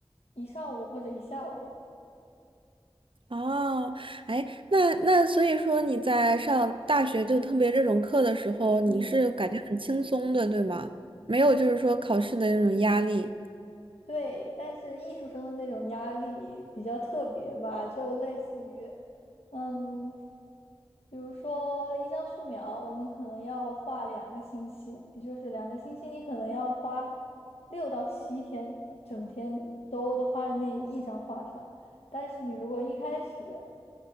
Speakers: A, on the left (about 85°); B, on the right (about 60°).
A: 一上午或者一下午。
B: 哦，哎，那那所以说你在上大学就特别这种课的时候，你是感觉很轻松的，
A: 嗯，
B: 对吗？没有就是说考试的那种压力。
A: 对，但是艺术生的那种压力比较特别吧，就类似于，嗯，比如说一张素描，我们可能要画两个星期，也就是两个星期，你可能要花六到七天，整天都都花在那一张画上。但是你如果一开始